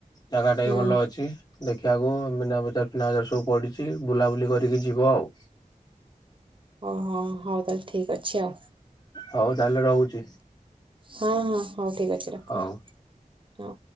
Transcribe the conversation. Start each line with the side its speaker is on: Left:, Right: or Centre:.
Left: ଜାଗା ଟା
Right: ହୁଁ
Left: ବି ଭଲ ଅଛି ଦେ କିଆ ଗୋ ମୀନା ବଜାର ଫିନା ବଜାର ସବୁ ପଡିଛି ବୁଲାବୁଲି କରିକି ଯିବ ଆଉ।
Right: ଓହୋ ହଉ ତାହେଲେ ଠିକ ଅଛି ଆଉ।
Left: ହଉ ତାହେଲେ ରହୁଛି
Right: ହଁ ହଁ ହଉ ଠିକ୍ ଅଛି
Left: ହଉ।
Right: ରଖ। ହଁ